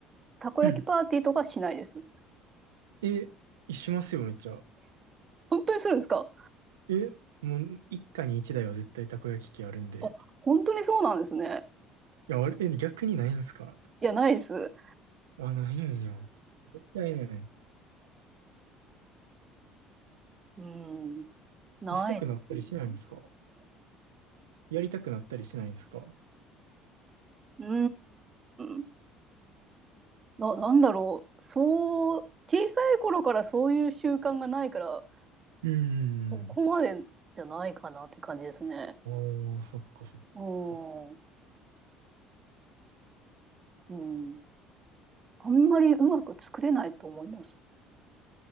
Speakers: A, on the right; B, on the right.
A: たこ焼きパーティーとかしないです。
B: うん。え、しますよ、めっちゃ。
A: 本当にするんですか
B: え、もう一家に一台は絶対たこ焼き器あるんで。
A: あ、本当にそうなんですね。
B: いや、あれ、え、逆にないんすか
A: いや、ないです。
B: あ、ないんや。絶対ない。
A: うん、ないですね。
B: したくなったりしないんですかやりたくなったりしないんですか
A: うーん、な、なんだろう。そう、小さい頃からそういう習慣がないから、
B: うー
A: そこまでじゃないかなって感じですね。
B: ん。ああ、そっかそっか。
A: おー、うん。あんまりうまく作れないと思います。